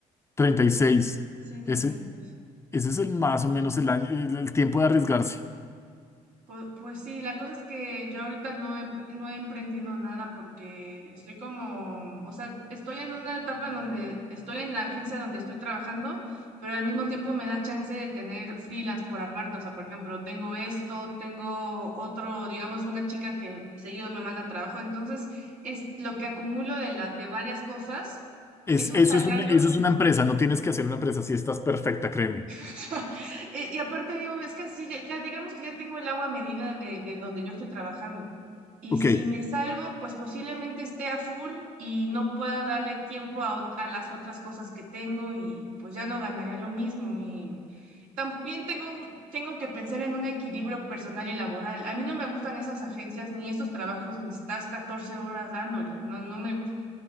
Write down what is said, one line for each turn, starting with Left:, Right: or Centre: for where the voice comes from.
Left: treinta y seis
Right: Sí, treinta
Left: Ese,
Right: y seis
Left: ese es el más o menos el año- el el tiempo de arriesgarse.
Right: Pu- Pues, sí, la cosa es que yo ahorita no he, pr- no he emprendido nada porque estoy como, o sea, estoy en una etapa en donde estoy en la agencia donde estoy trabajando, pero al mismo tiempo me da chance de tener freelance por aparte. O sea, por ejemplo, tengo esto, tengo otro, digamos, una chica que seguido me manda trabajo. Entonces, es lo que acumulo de la, de varias cosas,
Left: Es,
Right: es un
Left: eso
Right: salario.
Left: es un- eso es una empresa, no tienes que hacer una empresa si estás perfecta, créeme.
Right: <laughs> Y, y aparte digo, es que así ya, ya digamos que ya tengo el agua a medida de, de donde yo estoy trabajando. Y
Left: Ok,
Right: si me salgo, pues posiblemente esté a full y no pueda darle tiempo a, ot- a las otras cosas que tengo y pues ya no ganaría lo mismo. Y también tengo, un- tengo que pensar en un equilibrio personal y laboral. A mí no me gustan esas agencias ni esos trabajos donde estás 14 horas dándole, no, no me gusta.